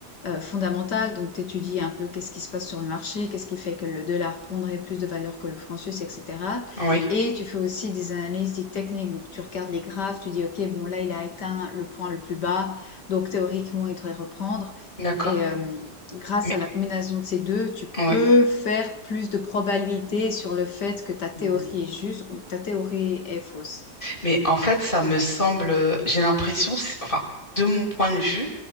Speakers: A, on the left (about 85°); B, on the left (about 30°).
A: euh, fondamentales, donc tu étudies un peu qu'est-ce qui se passe sur le marché, qu'est-ce qui fait que le dollar prendrait plus de valeur que le franc suisse, etc.
B: Oui.
A: Et tu fais aussi des analyses dites techniques, donc tu regardes les graphes, tu dis, OK, bon, là, il a atteint le point le plus bas, donc théoriquement, il devrait reprendre.
B: D'accord.
A: Et euh, grâce
B: Mais,
A: à la combinaison de ces deux, tu
B: oui.
A: peux faire plus de probabilité sur le fait que ta théorie
B: Mm.
A: est juste ou ta théorie est fausse.
B: Mais en fait, ça me semble, j'ai l'impression, c'est- enfin, de mon point de vue,